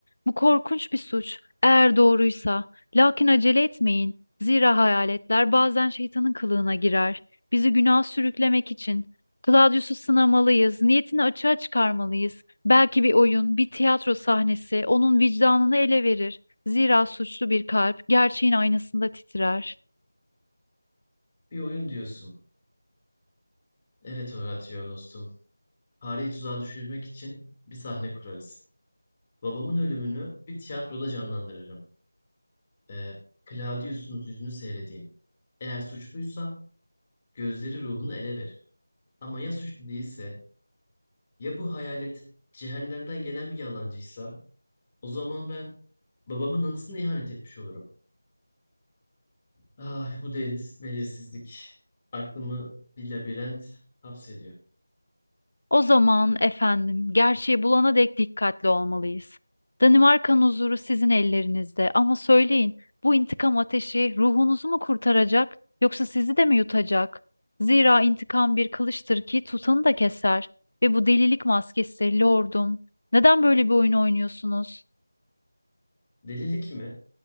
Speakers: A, on the left; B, on the left.
A: Bu korkunç bir suç. Eğer doğruysa. Lakin acele etmeyin. Zira hayaletler bazen şeytanın kılığına girer. Bizi günah sürüklemek için. Claudius'u sınamalıyız. Niyetini açığa çıkarmalıyız. Belki bir oyun, bir tiyatro sahnesi onun vicdanını ele verir. Zira suçlu bir kalp gerçeğin aynasında titrer.
B: Bir oyun diyorsun. Evet Horatio dostum. Fareyi tuzağa düşürmek için bir sahne kurarız. Babamın ölümünü bir tiyatroda canlandırırım. Ee, Claudius'un yüzünü seyredeyim. Eğer suçluysa gözleri ruhunu ele verir. Ama ya suçlu değilse Ya bu hayalet cehennemden gelen bir yalancıysa o zaman ben babamın anısına ihanet etmiş olurum. Ah bu deliz, belirsizlik aklımı bir labirent hapsediyor.
A: O zaman efendim, gerçeği bulana dek dikkatli olmalıyız. Danimarka'nın huzuru sizin ellerinizde ama söyleyin, bu intikam ateşi ruhunuzu mu kurtaracak yoksa sizi de mi yutacak? Zira intikam bir kılıçtır ki tutanı da keser ve bu delilik maskesi lordum. Neden böyle bir oyun oynuyorsunuz?
B: Delilik mi?